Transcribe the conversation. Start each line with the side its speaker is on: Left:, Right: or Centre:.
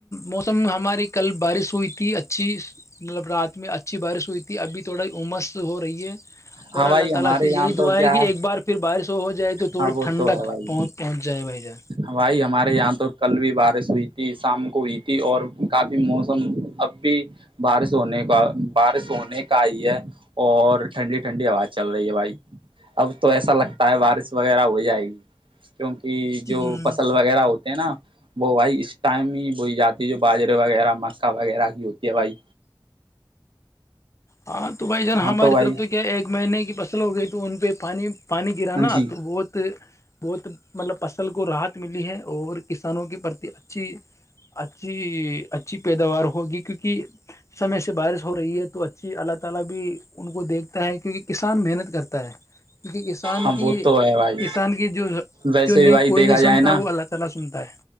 Left: موسم ہماری کل بارش ہوئی تھی اچھی مطلب رات میں اچھی بارش ہوئی تھی ابھی تھوڑی عمس ہو رہی ہے اور
Right: ہاں بھائی
Left: اللہ تعالی
Right: ہمارے
Left: سے
Right: یہاں
Left: یہی
Right: تو
Left: دعا
Right: کیا
Left: ہے کہ ایک بار پھر بارش ہوگ جائے تو تھوڑی
Right: ہاں وہ
Left: ٹھنڈک
Right: تو ہے بھائی
Left: پہنچ جائے بھائی جان
Right: بھائی ہمارے یہاں تو کل بھی بارش ہوئی تھی شام کو ہوئی تھی اور کافی موسم اب بھی بار سونے کا بار سونے کائی ہے اور ٹھنڈی ٹھنڈی آواز چل رہی ہے بھائی اب تو ایسا لگتا ہے بارش وغیرہ ہو جائے گی کیونکہ
Left: ہوں
Right: جو فصل وغیرہ ہوتے ہیں نا وہ بھائی اس ٹائم ہی بی جاتی ہے جو باجرے وغیرہ مکا وغیرہ کی ہوتی ہے بھائی
Left: ہاں تو بھائی جان
Right: ہاں
Left: ہماری
Right: تو بھائی
Left: طرف پہ کیا ایک مہینے کی فصل ہو گئی تو ان پہ پانی پانی گر
Right: ہاں
Left: نا
Right: جی
Left: تو وہت بہت مطلب فصل کو رحت ملی ہے اور کسانوں کے پرتی اچھی اچھی اچھی پیداوار ہوگی کیونکہ سمے سے بارش ہو رہی ہے تو ا اللہ تعالی بھی ان کو دیکھتا ہے کیونکہ کسان محنت کرتا ہے کیونکہ کسان
Right: ہاں
Left: کی
Right: وہ تو ہے بھائی
Left: کسان کی جو
Right: ویسے
Left: جو
Right: بھی
Left: نئی
Right: بھائی
Left: کوئی
Right: دیکھا
Left: نہیں
Right: جائے
Left: سنتا
Right: نا
Left: ہے وہ اللہ تعالی سنتا ہے